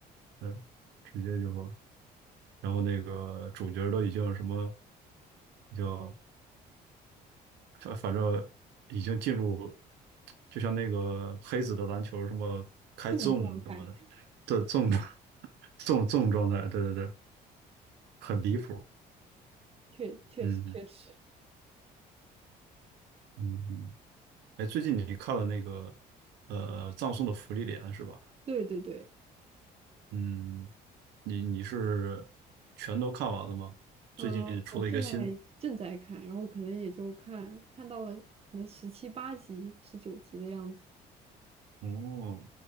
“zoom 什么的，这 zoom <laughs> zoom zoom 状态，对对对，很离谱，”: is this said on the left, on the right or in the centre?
Right